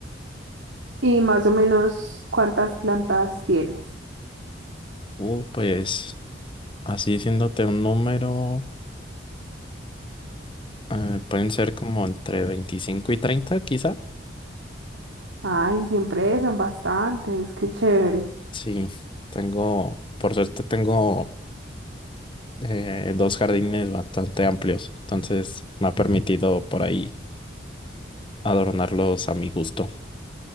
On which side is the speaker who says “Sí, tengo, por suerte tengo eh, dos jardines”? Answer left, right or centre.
Left